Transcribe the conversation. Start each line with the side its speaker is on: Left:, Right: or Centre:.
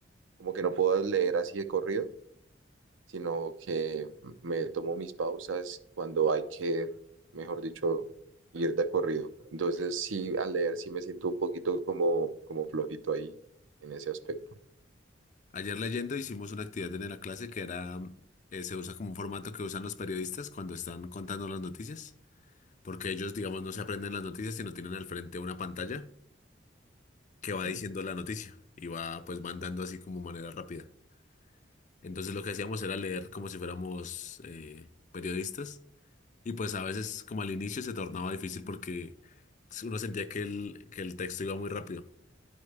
Right: como que no puedo leer así de corrido sino que me tomo mis pausas cuando hay que, mejor dicho, ir de corrido. Entonces, sí, al leer sí me siento un poquito como, como flojito ahí en ese aspecto.
Left: Ayer leyendo hicimos una actividad en la clase que era, eh, se usa como un formato que usan los periodistas cuando están contando las noticias, porque ellos, digamos, no se aprenden las noticias, sino tienen al frente una pantalla que
Right: Ujú.
Left: va diciendo la noticia y va, pues, van dando así como manera rápida. Entonces lo que hacíamos era leer como si fuéramos eh, periodistas y pues a veces como al inicio se tornaba difícil porque uno sentía que el, que el texto iba muy rápido,